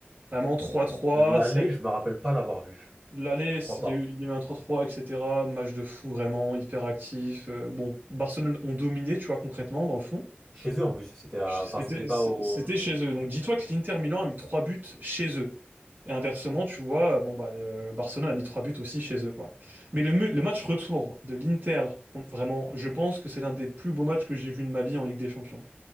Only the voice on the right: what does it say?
Vraiment trois trois
ça a été-
L'aller,
il
y a eu, il y a eu un trois 3 etc. Match de fou, vraiment hyper actif. Euh, bon, Barcelone ont dominé, tu vois, concrètement, dans le fond.
C'était
c'était
chez eux. Donc dis-toi que l'Inter Milan a mis trois buts chez eux. Et inversement, tu vois, euh, bon bah le Barcelone a mis trois buts aussi chez eux, quoi. Mais le, mu- le match retour de l'Inter, vraiment, je pense que c'est l'un des plus beaux matchs que j'ai vu de ma vie en Ligue des Champions.